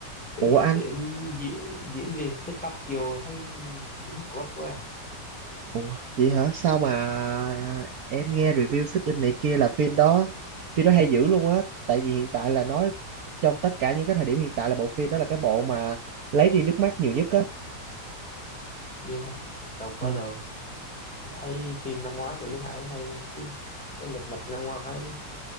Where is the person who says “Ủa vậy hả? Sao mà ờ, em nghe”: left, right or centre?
Right